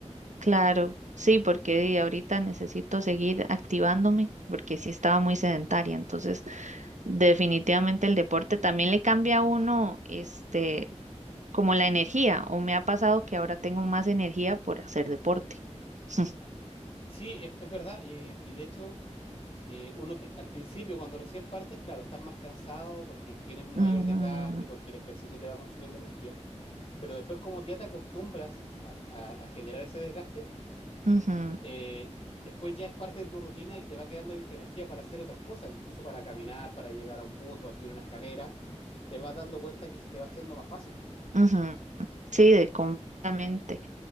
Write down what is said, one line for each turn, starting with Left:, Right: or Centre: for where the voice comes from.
Right: Claro, sí, porque di, ahorita necesito seguir activándome porque sí estaba muy sedentaria, entonces definitivamente el deporte también le cambia a uno este como la energía, o me ha pasado que ahora tengo más energía por hacer deporte. <laughs>
Left: Sí, es, es verdad. Y, y de hecho, eh, uno pe- al principio, cuando recién partes, claro, estás más cansado porque tienes un
Right: Ujú,
Left: mayor desgaste, porque el ejercicio te va consumiendo energía. Pero después, como ya te acostumbras a, a- a generar ese desgaste,
Right: ujú,
Left: eh, después ya es parte de tu rutina y te va quedando en- energía para hacer otras cosas, incluso para caminar, para llegar a un punto, para subir una escalera. Te vas dando cuenta que se te va haciendo más fácil.
Right: ujú. Sí, de completamente.